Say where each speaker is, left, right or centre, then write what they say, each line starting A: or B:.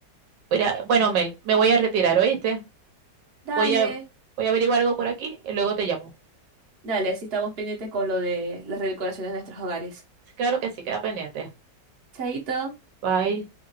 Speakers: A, on the right; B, on the right.
A: Mira, bueno, Mel, me voy a retirar, ¿oíste?
B: Dale,
A: Voy a, voy a averiguar algo por aquí y luego te llamo.
B: dale, así estamos pendientes con lo de las redecoraciones de nuestros hogares.
A: Claro que sí, queda pendiente.
B: Chaito.
A: Bye.